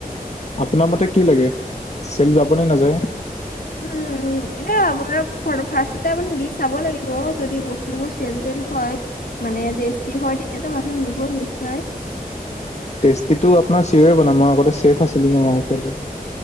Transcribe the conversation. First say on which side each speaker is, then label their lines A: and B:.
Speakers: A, on the left (about 45°); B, on the left (about 70°).
A: আপোনাৰ মতে কি লাগে, চেল যাবনে নাযায়?
B: উম উম' এতিয়া আপোনাৰ ফাৰ্ষ্টতে আপুনি দি চাব লাগিব যদি বস্তুবোৰ চেল-তেল হয়। মানে টেষ্টি হয়, তেতিয়াতো মানুহে নিবই নিশ্চয়।
A: টেষ্টিটো আপোনাৰ চিঅ'ৰে বনাম। মই আগতে চেফ আছিলোঁ ন, হোটেলত।